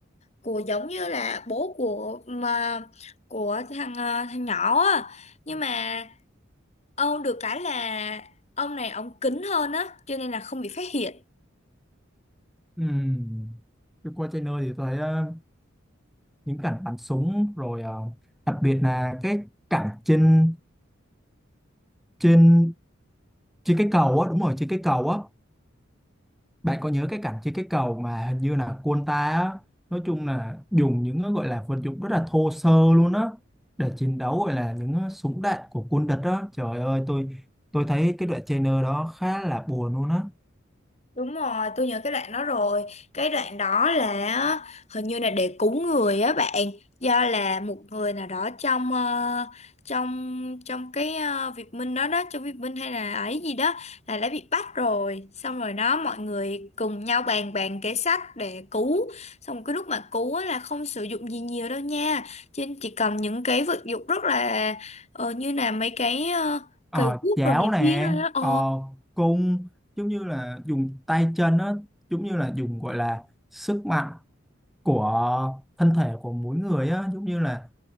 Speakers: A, on the left; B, in the centre.
A: của giống như là bố của mà của thằng ờ, thằng nhỏ á. Nhưng mà ông được cái là ông này ông kín hơn á, cho nên là không bị phát hiện.
B: ừm, tôi qua trailer thì tôi thấy ờ, những cảnh bắn súng rồi ờ, đặc biệt là cái cảnh trên trên trên cái cầu á đúng rồi trên cái cầu á bạn có nhớ cái cảnh trên cái cầu mà hình như là quân ta á nói chung là dùng những cái gọi là vật dụng rất là thô sơ luôn á để chiến đấu gọi là những súng đạn của quân địch á trời ơi tôi tôi thấy cái đoạn trailer đó khá là buồn luôn á
A: Đúng rồi, tôi nhớ cái đoạn đó rồi. Cái đoạn đó là á, hình như là để cúng người á bạn, do là một người nào đó trong ờ, trong trong cái ờ, Việt Minh đó đó, trong Việt Minh hay là ấy gì đó là đã bị bắt rồi. Xong rồi đó mọi người cùng nhau bàn bàn kế sách để cứu. Xong cái lúc mà cứu á, là không sử dụng gì nhiều đâu nha. Trên chỉ cầm những cái vật dụng rất là ờ, như là mấy cái uh,
B: Ờ,
A: cầy cuốc
B: chảo
A: đồ này
B: nè
A: kia thôi á. Ờ,
B: ờ, cung giống như là dùng tay chân á giống như là dùng gọi là sức mạnh của thân thể của mỗi người á giống như là